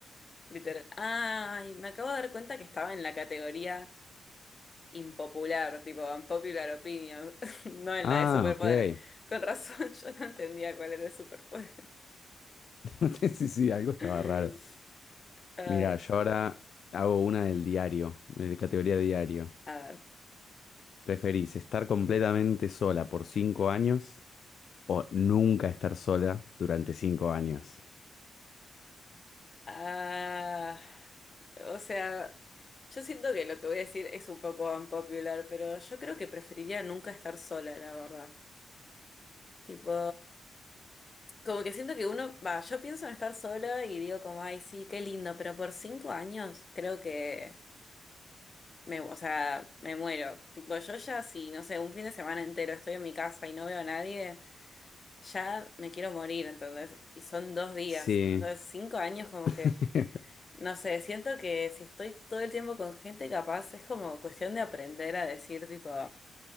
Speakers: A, on the left (about 40°); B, on the left (about 65°).
A: literal. Ay, me acabo de dar cuenta que estaba en la categoría impopular, tipo unpopular opinion, <laughs> no en
B: Ah,
A: la de superpoderes.
B: ok.
A: Con razón, <laughs> yo no entendía cuál era el superpoder.
B: <laughs> Sí, sí, algo estaba
A: <laughs>
B: raro.
A: Ay,
B: Mira, yo ahora hago una del diario, de categoría diario.
A: a ver.
B: ¿Preferís estar completamente sola por cinco años o nunca estar sola durante cinco años?
A: Ah, o sea, yo siento que lo que voy a decir es un poco unpopular, pero yo creo que preferiría nunca estar sola, la verdad. Tipo, como que siento que uno, va, yo pienso en estar sola y digo como, ay, sí, qué lindo, pero por cinco años creo que me, o sea, me muero. Tipo, yo ya si, no sé, un fin de semana entero estoy en mi casa y no veo a nadie, ya me quiero morir, entonces, y son dos días.
B: Sí,
A: Entonces, cinco años como
B: <laughs>
A: que No sé, siento que si estoy todo el tiempo con gente capaz, es como cuestión de aprender a decir, tipo,